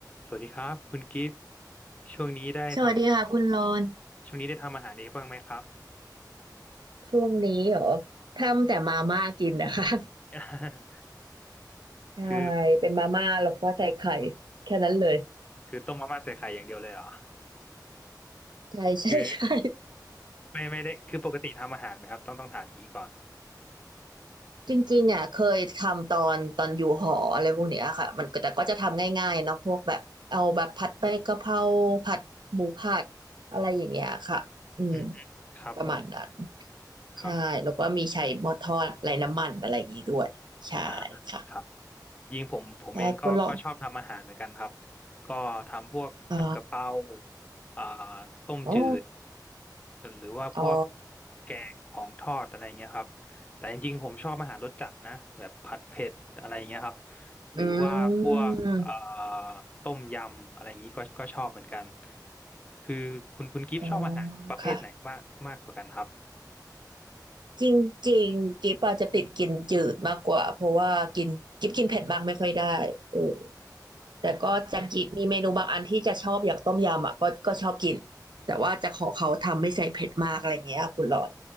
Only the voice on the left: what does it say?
สวัสดีครับคุณกิฟต์ช่วงนี้ได้ท
ำช่วงนี้ได้ทำอาหารเองบ้างไหมครับ
<laughs>
คือ
คือต้มมาม่าใส่ไข่อย่างเดียวเลยเหรอ
คือไม่ไม่ได้คือปกติทำอาหารไหมครับต้องต้องถามอย่างนี้ก่อน
อืมครับผม
ครับ
อ่าครับ ยิงผมผมเองก็ก็ชอบทำอาหารเหมือนกันครับ
ก็ทำพวกผัดกะเพรา
อ่าต้มจืด
หรือว่าพวก
แกงของทอดอะไรเงี้ยครับแต่จริงๆผมชอบอาหารรสจัดนะแบบผัดเผ็ดอะไรเงี้ยครับหรือว่าพวกเอ่า
ต้มยำอะไรอย่างนี้ก็ก็ชอบเหมือนกันคือคุณคุณกิฟต์ชอบอาหารประเภทไหนมากมากกว่ากันครับ